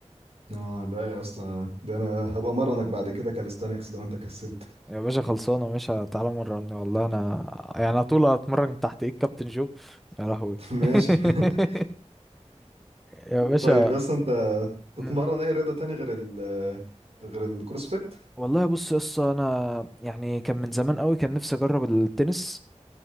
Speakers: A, on the right; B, in the centre.
A: اه لا يا اسطى ده انا هبقى مرنك بعد كده كاليستانكس لو انت كسلت
B: يا باشا خلصانة مش تعالى مرة والله أنا يعني أنا طول أتمرن تحت إيد كابتن جو يا لهوي
A: <laughs> ماشي
B: <laughs>
A: <laughs>
B: يا باشا
A: طيب بس انت تتمرن
B: مم.
A: اي رياضة تاني غير ال غير الكروسفيت
B: والله بص يا اسطى أنا يعني كان من زمان قوي كان نفسي أجرب التنس